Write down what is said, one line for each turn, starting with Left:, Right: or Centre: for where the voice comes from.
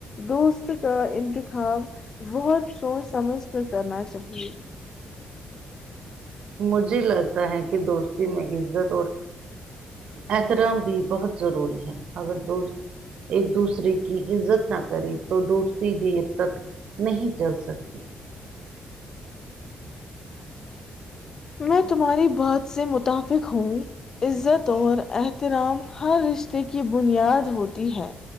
Left: دوست کا انتخاب بہت سوچ سمجھ پ کرنا چاہیے
Right: مجھے لگتا ہے کہ دوستی میں عزت اور احترام بھی بہت ضروری ہے اگر دوست ایک دوسرے کی عزت نہ کرے تو دوستی بھی حد تک نہیں چل سکتی
Left: میں تمہاری بات سے متفق ہوں عزت اور احترام ہر رشتے کی بنیاد ہوتی ہے